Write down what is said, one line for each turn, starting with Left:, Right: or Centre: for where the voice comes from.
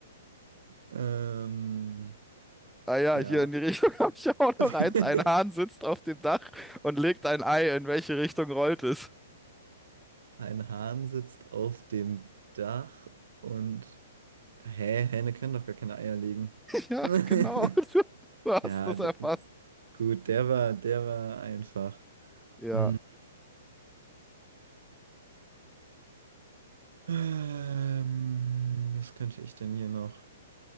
Right: Ähm,
Centre: Ah ja,
Right: ja.
Centre: hier in die Richtung habe ich auch
Right: <laughs>
Centre: noch eins. Ein Hahn sitzt auf dem Dach und legt ein Ei. In welche Richtung rollt es? <laughs>
Right: Ein Hahn sitzt auf dem Dach und... Hä, Hähne können doch gar keine Eier legen.
Centre: Ja,
Right: <laughs>
Centre: genau. Du, du hast
Right: Ja,
Centre: das
Right: der,
Centre: erfasst.
Right: gut, der war, der war einfach.
Centre: Ja,
Right: Mm, ähm, was könnte ich denn hier noch?